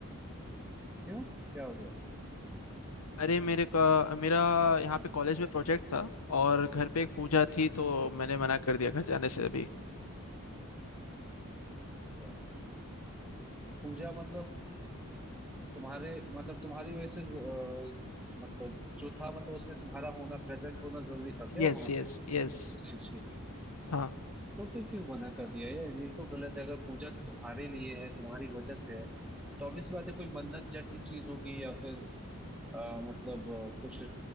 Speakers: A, in the centre; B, on the left (about 85°).
A: क्यों क्या हो गया
B: अरे मेरे का मेरा यहाँ पे कॉलेज में प्रोजेक्ट था और घर पे एक पूजा थी तो मैंने मना कर दिया घर जाने से अभी
A: अच्छा पूजा मतलब तुम्हारे मतलब तुम्हारी वजह से अ, मतलब जो था मतलब उसमें तुम्हारा होना प्रेजेंट होना जरूरी था क्या
B: Yes
A: वहां
B: yes
A: पे
B: yes
A: उस चीज के
B: हाँ
A: तो फिर क्यों मना कर दिया यार ये तो गलत है अगर पूजा तुम्हारे लिए है तुम्हारी वजह से है तो obvious बात है कोई मन्नत जैसी चीज होगी या फिर अ, मतलब अ, कुछ